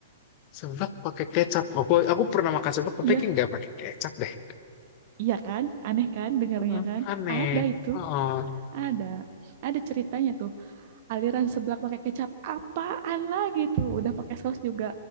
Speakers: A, on the left; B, on the right.
A: Seblak pakai kecap. Aku aku pernah makan seblak
B: Iya,
A: tapi kayak nggak pakai kecap deh.
B: iya kan? Aneh kan dengarnya
A: Heeh,
B: kan?
A: Aneh.
B: Ada itu.
A: Oh.
B: Ada, ada ceritanya tuh. Aliran seblak pakai kecap, apaan lagi tuh? Udah pakai saus juga